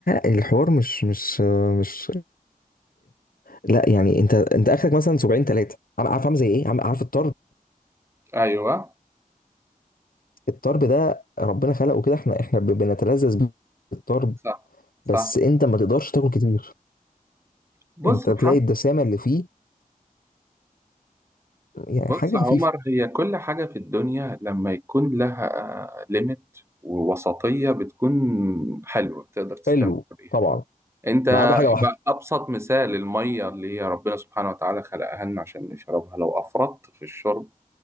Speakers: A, on the left; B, on the right.
A: الحوار مش مش مش لا يعني انت انت اخرك مثلا سبعين ثلاثه عارف عامل زي ايه عم- عارف الطرب
B: ايوه
A: الطرب ده ربنا خلقه كده احنا احنا ب- بنتلذذ بالطرب
B: صح صح
A: بس انت ما تقدرش تاكل كتير
B: بص
A: انت
B: محمد
A: تلاقي الدسامه اللي فيه يعني
B: بص
A: حاجه
B: يا
A: خفيفه
B: عمر هي كل حاجة في الدنيا لما يكون لها ليميت ووسطية بتكون حلوة تقدر تستمتع
A: حلو
B: بيها
A: طبعا
B: انت
A: ما عدا حاجه واحده
B: بقى أبسط مثال المية اللي هي ربنا سبحانه وتعالى خلقها لنا عشان نشربها لو أفرطت في الشرب